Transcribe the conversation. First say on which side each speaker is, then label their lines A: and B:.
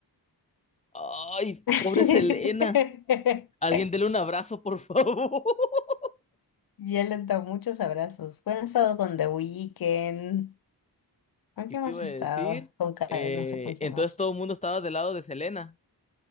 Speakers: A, on the left (about 20°); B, on the left (about 60°).
A: Ay,
B: <laughs>
A: pobre Selena. Alguien dele un abrazo, por favor. <laughs>
B: Y él le da muchos abrazos. Bueno, he estado con The Weeknd. ¿Con
A: ¿Qué
B: quién
A: te
B: más
A: iba a
B: he
A: decir?
B: estado? Con Ka-
A: Eh,
B: no sé con quién
A: entonces
B: más.
A: todo el mundo estaba del lado de Selena.